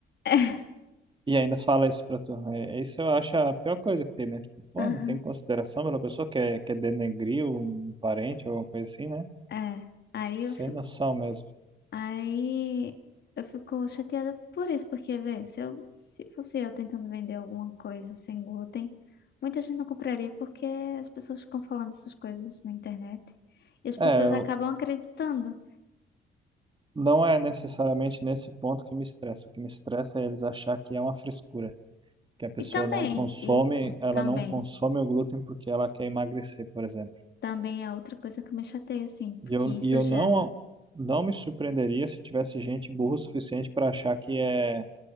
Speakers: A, on the left; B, on the right.
A: <laughs>
B: E ainda fala isso pra tu. né? É, isso eu acho a pior coisa que tem, né? Tipo, pô,
A: Aham,
B: não tem consideração pela pessoa que é, quer denegrir um parente ou alguma coisa assim, né?
A: é. Aí eu
B: Sem
A: fico
B: noção mesmo.
A: Aí eu fico chateada por isso, porque, vê, se eu, se fosse eu tentando vender alguma coisa sem glúten, muita gente não compraria porque as pessoas ficam falando essas coisas na internet e as
B: É,
A: pessoas
B: eu-
A: acabam acreditando.
B: não é necessariamente nesse ponto que me estressa. O que me estressa é eles achar que é uma frescura. Que a pessoa
A: E também,
B: não consome,
A: isso,
B: ela
A: também,
B: não consome o glúten porque ela quer emagrecer, por exemplo.
A: também é outra coisa que me chateia, assim, porque
B: E eu,
A: isso
B: e eu
A: gera.
B: não, não me surpreenderia se tivesse gente burra o suficiente para achar que é.